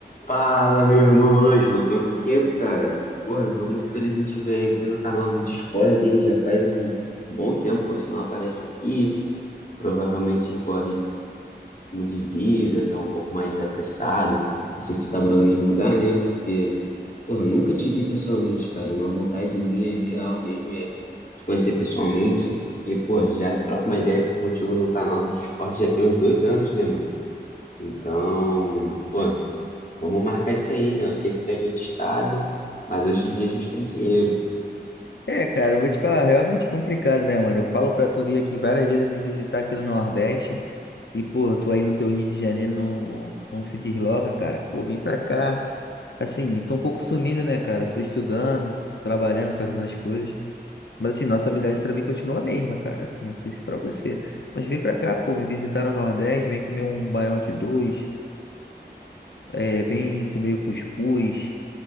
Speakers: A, on the left (about 50°); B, on the left (about 85°).
A: Fala, meu irmão Ângelo, quanto tempo, cara? Porra, tô muito feliz em te ver aqui no canal do Discord, hein? Já faz um bom tempo que você não aparece aqui. Provavelmente, pô, ritmo de vida tá um pouco mais apressado. Não sei se tu tá morando no mesmo lugar, né? Porque, porra, eu nunca te vi pessoalmente, cara. Uma vontade minha real mesmo é te conhecer pessoalmente. Que, pô, já troco uma ideia aqui contigo no canal do Discord já tem uns dois anos, né, mano? Então, pô. Vamos marcar isso aí, né? Eu sei que tu é de outro estado, mas hoje em dia a gente tem dinheiro.
B: É, cara, eu vou te falar, realmente complicado, né, mano? Eu falo pra tu vir aqui várias vezes me visitar aqui no Nordeste e, pô, tu aí no teu Rio de Janeiro não, não se desloca, cara. Pô, vem pra cá. Assim, tô um pouco sumido, né, cara? Tô estudando, trabalhando, fazendo as coisas. Mas, assim, nossa amizade pra mim continua a mesma, cara. Assim, não sei se pra você. Mas vem pra cá, pô, me visitar no Nordeste, vem comer um baião de dois, é, vem comer cuscuz,